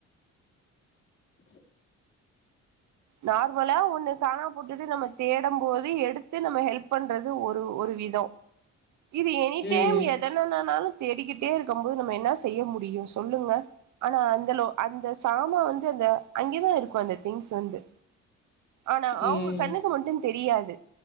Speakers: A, on the left; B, on the right.
A: <inaudible>
B: நார்மலா ஒன்னு காணா போட்டுட்டு நம்ம தேடம் போது எடுத்து நம்ம ஹெல் பண்றது ஒரு ஒரு விதொ இது எனி
A: ம்.
B: டைம் எதனனனாலு தேடிக்கிட்டே இருக்கம்போது நம்ம என்னா செய்ய முடியு சொல்லுங்க ஆனா அந்தலொ அந்த சாமா வந்து அந்த அங்கெதா இருக்கு அந்த திங்ஸ் வந்து ஆனா அவுங்க
A: ம்.
B: கண்ணுக்கு மட்டு தெரியாது